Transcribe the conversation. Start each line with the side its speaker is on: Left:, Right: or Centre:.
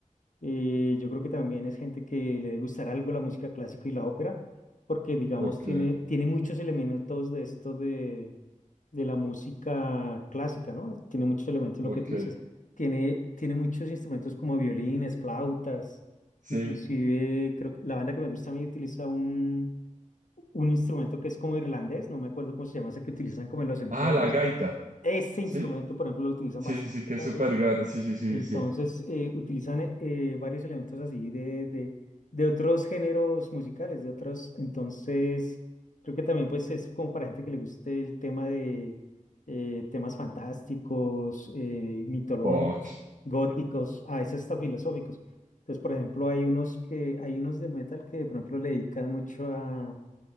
Left: Eh, yo creo que también es gente que le debe gustar algo la música clásica y la ópera, porque, digamos,
Right: Ok,
Left: tiene, tiene muchos elementos de esto de, de la música clásica, ¿no? Tiene muchos elementos, lo
Right: ok,
Left: que tú dices. Tiene, tiene muchos instrumentos como violines, flautas,
Right: sí.
Left: inclusive creo que la banda que me gusta a mí utiliza un, un instrumento que es como irlandés, no me acuerdo cómo se llama, ese que utilizan como en los entierros.
Right: Ah, la gaita,
Left: Ese
Right: ¿sí?
Left: instrumento, por ejemplo, lo utilizan
Right: Sí,
Left: bastante
Right: sí, sí, que es
Left: también.
Right: súper grande, sí, sí, sí,
Left: Entonces,
Right: sí. sí.
Left: eh, utilizan eh, eh, varios elementos así de, de, de otros géneros musicales, de otros. Entonces, creo que también pues es como para gente que le guste el tema de eh, temas fantásticos, eh, mitológicos,
Right: Ok,
Left: góticos, a veces hasta filosóficos. Entonces, por ejemplo, hay unos que, hay unos del metal que, por ejemplo, le dedican mucho a